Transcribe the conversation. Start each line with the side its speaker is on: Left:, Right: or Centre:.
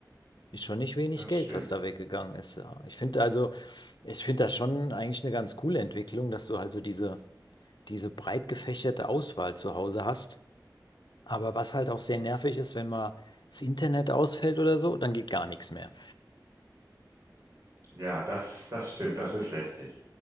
Left: ist schon nicht wenig
Right: das
Left: Geld,
Right: stimmt.
Left: was da weggegangen ist. Ja. Ich finde also, ich finde das schon eigentlich eine ganz coole Entwicklung, dass du halt so diese, diese breit gefächerte Auswahl zu Hause hast. Aber was halt auch sehr nervig ist, wenn mal das Internet ausfällt oder so, dann geht gar nichts mehr.
Right: Ja, das, das stimmt. Das ist lästig.